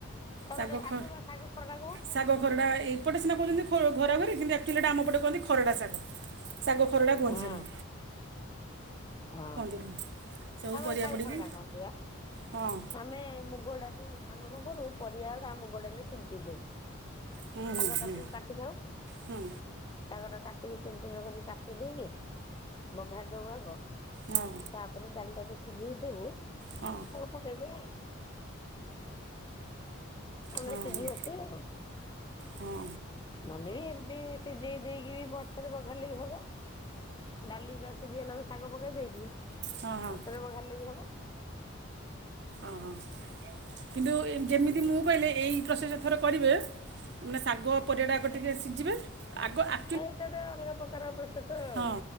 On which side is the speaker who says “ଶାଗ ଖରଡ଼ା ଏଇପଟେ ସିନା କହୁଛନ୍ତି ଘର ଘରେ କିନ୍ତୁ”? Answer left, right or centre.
Right